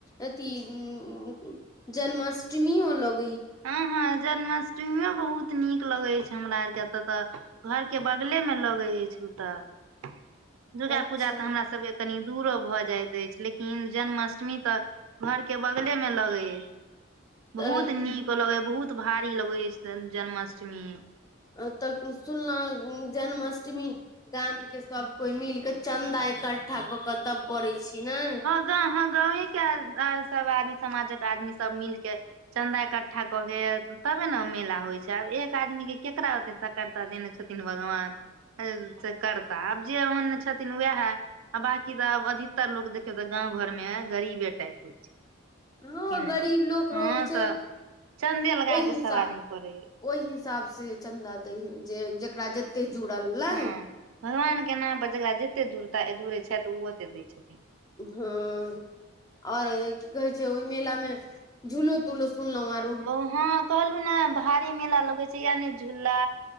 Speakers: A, on the left; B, on the right.
A: अति <unintelligible> उम्म-उम्म उम जन्माष्टमीयो लग
B: हँ हँ जन्माष्टमीओ बहुत नीक लगै छै हमरा आरके एतय तऽ घर के बगले मे लगे अछि। ओ तऽ दुर्गा
A: अच्छा
B: पूजा तऽ हमरा सबके कनि दूरो भऽ जाइत अछि। लेकिन जन्माष्टमी तऽ घरके बगलेमे लगै बहुत
A: तऽ
B: नीक लगै बहुत भारी लगै अछि जन्माष्टमी।
A: आ तऽ सुनलहु जन्माष्टमी गाम के सब कोइ मिल क चन्दा इकठ्ठा कऽ क तब करै छी ने
B: ग <unintelligible> ह गावे के सब आदमी समाजक आदमी सब मिलके चन्दा इकठ्ठा कऽ कऽ तबे नहि मेला होइ छै आब एक आदमी कऽ केकरा देते सकरता देने छथिन भगवान। सऽ करता आब जँ ओहन छथिन वएह कऽ दाब अधिकतर लोक देखियौ तऽ गाँव घरमे गरीबे टाइप के छै
A: हँ
B: कि नहि
A: गरीब लोक रहै
B: हँ
A: छै
B: तऽ चन्दे लगा
A: ओह
B: के
A: हिस्सा
B: सब आदमी करे
A: ओएह हिसाब सँ चन्दा दैहि जँ जेकरा जते जुड़ल नहि
B: हँ भगवान कऽ नामपर जेकरा जत्ते जुड़ता जुड़ै छै तऽ उ ओते दै छथिन।
A: ह और कऽ कहे छै ओए मेला मे झूलो-तूलो सुनलौ यऽ
B: ओ हँ कहलू ने भारी मेला लगै छै। या ने झूला